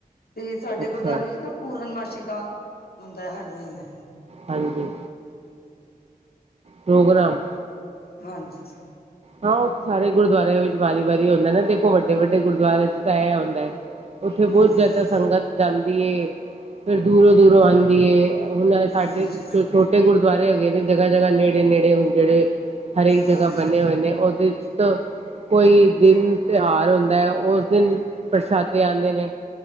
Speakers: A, on the left; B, on the right.
A: ਤੇ ਸਾਡੇ
B: ਅੱਛਾ
A: ਗੁਰਦੁਆਰੇ ਵਿੱਚ ਨਾ ਪੂਰਨਮਾਸੀੀ ਦਾ ਹੁੰਦਾ ਹੈ ਹਰ ਮਹੀਨੇ
B: ਹਾਂਜੀ। ਪ੍ਰੋਗਰਾਮ
A: ਹਾਂਜੀ
B: ਹਾਂ ਉਹ ਸਾਰੇ ਗੁਰਦੁਆਰਿਆਂ ਵਿੱਚ ਵਾਰੀ ਵਾਰੀ ਹੁੰਦਾ ਨਾ ਦੇਖੋ ਵੱਡੇ ਵੱਡੇ ਗੁਰਦੁਆਰੇ ਚ ਤਾਂ ਇਹ ਹੁੰਦਾ ਹੈ ਉੱਥੇ ਬਹੁਤ
A: ਹਾਂਜੀ
B: ਜਿਆਦਾ ਸੰਗਤ ਜਾਂਦੀ ਫੇਰ ਦੂਰੋਂ ਦੂਰੋਂ ਆਉਂਦੀ ਏ ਹੁਣ ਸਾਡੇ
A: ਹਾਂਜੀ
B: ਛੋਟੇ ਗੁਰਦੁਆਰੇ ਹੈਗੇ ਨੇ ਜਗ੍ਹਾ ਜਗ੍ਹਾ ਨੇੜੇ ਨੇੜ ਹੁਣ ਜਿਹੜੇ ਹਰੇਕ ਜਗ੍ਹਾ
A: ਹਾਂਜੀ
B: ਬਣਿਆ ਹੋਇ ਉਹਦੇ ਚ ਕੋਈ ਦਿਨ ਤਿਉਹਾਰ ਹੁੰਦਾ ਹੈ ਉਸ ਦਿਨ ਪ੍ਰਸ਼ਾਦੇ ਆਉਂਦੇ ਨੇ